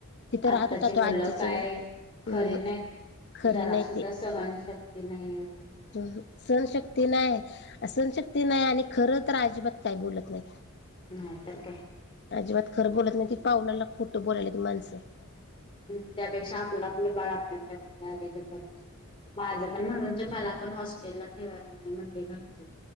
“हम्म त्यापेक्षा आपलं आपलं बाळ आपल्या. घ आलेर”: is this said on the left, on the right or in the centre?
Left